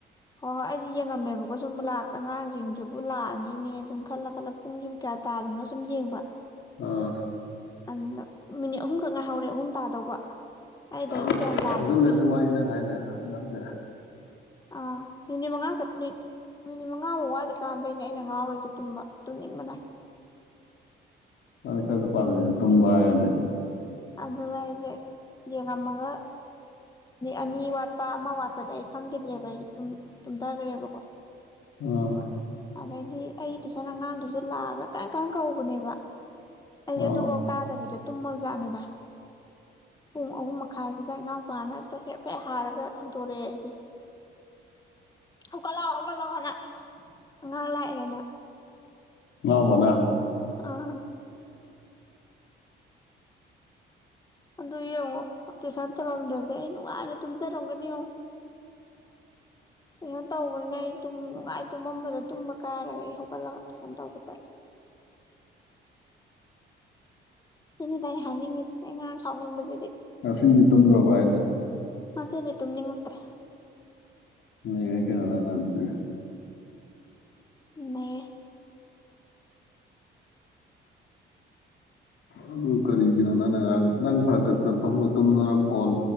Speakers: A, on the left (about 20°); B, on the left (about 75°).
A: ꯍꯣꯏ ꯍꯣꯏ ꯑꯩꯁꯦ ꯌꯦꯡꯉꯝꯃꯦꯕꯀꯣ ꯁꯨꯝ ꯑꯉꯥꯡꯁꯤꯡꯁꯤꯕꯨ ꯂꯥꯛꯑꯅꯤꯅꯦ ꯁꯨꯝ ꯈꯜꯂ ꯈꯜꯂ ꯄꯨꯡꯁꯤ ꯀꯌꯥ ꯇꯥꯔꯤꯅꯣ ꯁꯨꯝ ꯌꯦꯡꯕ
B: ꯑꯥ
A: ꯑꯗꯨꯗ ꯃꯤꯅꯤꯠ ꯑꯍꯨꯝꯈꯛ ꯉꯥꯏꯍꯧꯔꯦ ꯑꯍꯨꯝ ꯇꯥꯗꯧꯕ ꯑꯩꯗꯩꯗꯤ
B: ꯅ
A: ꯒ꯭ꯌꯥꯟ ꯇꯥꯈꯤꯗ꯭ꯔꯦ
B: ꯍꯧꯖꯤꯜꯂꯕꯒꯤ ꯋꯥꯔꯤ ꯅꯪꯥꯏꯁꯦ ꯑꯩꯈꯣꯏ ꯅꯛꯁꯦ
A: ꯑꯥ ꯃꯤꯅꯤꯠ ꯃꯉꯥ ꯈꯛꯇꯅꯤ ꯃꯤꯅꯤꯠ ꯃꯉꯥꯃꯨꯛ ꯋꯥꯠꯂꯤꯀꯥꯟꯗꯩꯅꯦ ꯑꯩꯅ ꯉꯥꯎꯔꯤꯁꯦ ꯇꯨꯝꯕ ꯇꯨꯝꯅꯤꯡꯕꯅ
B: ꯅ ꯀꯁꯨ ꯄꯥꯜ ꯇꯨꯝꯦ
A: ꯑꯗꯨ ꯑꯩꯁꯦ ꯌꯦꯅꯃꯒ ꯑꯅꯤ ꯋꯥꯔꯄ ꯑꯃ ꯋꯥꯔ ꯄꯗꯤ ꯑꯩ ꯈꯪꯈꯤꯗ꯭ꯔꯦꯕ ꯑꯩ ꯇꯨꯝꯊꯈ꯭ꯔꯦꯕꯀꯣ
B: ꯑꯥ
A: ꯑꯗꯩꯗꯤ ꯑꯩ ꯇꯨꯁꯅ ꯑꯉꯥꯡꯗꯨꯁꯨ ꯂꯥꯛꯑꯒ ꯀꯔꯝ ꯀꯔ ꯀꯧꯕꯅꯦꯕ ꯑꯩꯁꯦ
B: ꯑꯥ
A: ꯑꯗꯨꯐꯥꯎ ꯇꯥꯗꯕꯤꯗ ꯇꯨꯝꯃꯧꯖꯥꯅꯤꯗ ꯄꯨꯡ ꯑꯍꯨꯝ ꯃꯈꯥꯏꯁꯤꯗ ꯏꯅꯥꯎꯄꯥꯅ ꯑꯝꯇ ꯐꯦꯠ ꯐꯦꯠ ꯍꯥꯏꯔꯒ ꯍꯧꯗꯣꯔꯛꯑꯦ ꯑꯩꯁꯦ ꯍꯧꯒꯠꯂꯛꯑꯣ ꯍꯧꯒꯠꯂꯛꯑꯣꯅ ꯉꯥꯡ ꯂ ꯑꯦꯅ
B: ꯂꯃꯅꯥ
A: ꯑꯥ ꯑꯗꯨ ꯌꯦꯡꯉꯣ ꯑꯩꯁꯟ ꯇꯧꯔꯝꯗ꯭ꯔꯗꯤ ꯑꯩ ꯅꯨꯡꯉꯥꯏꯔꯦ ꯇꯨꯝꯖꯔꯝꯒꯅꯤ ꯌꯦꯡꯉꯣ ꯇꯨꯏꯁꯟ ꯇꯧꯕꯅꯤꯅ ꯑꯩꯨꯝꯅꯨꯡꯉꯥꯏ ꯇꯨꯝꯃꯝꯕꯗ ꯇꯨꯝꯕ ꯀꯥꯏꯔꯒ ꯑꯩ ꯍꯧꯒꯠꯂꯒ ꯇꯨꯏꯁꯟ ꯇꯧꯕ ꯆꯠꯂꯦ ꯁꯤꯅꯤꯗꯤ ꯑꯩ ꯍꯥꯏꯅꯤꯡꯉꯁꯤ ꯑꯉꯥꯡ ꯁꯥꯎꯅꯤꯡꯕꯁꯤꯗꯤ
B: ꯉꯁꯤꯗꯤ ꯇꯨꯝꯗ꯭ꯔꯣꯕ ꯑꯩꯁꯦ
A: ꯉꯗꯤ ꯇꯨꯝꯅꯤꯡꯉꯛꯇ꯭ꯔꯦ
B: ꯅ ꯀꯅ ꯂꯒꯅꯥ ꯑꯗꯨꯗꯤ
A: ꯃ
B: ꯑꯗꯨ ꯀꯔꯤꯒꯤꯅꯣ ꯅꯪꯅ ꯉꯔꯥꯡ ꯅꯪ ꯐꯔꯛꯇꯛꯇ ꯐꯃꯨꯡ ꯇꯨꯝꯗꯅ ꯐꯣꯟ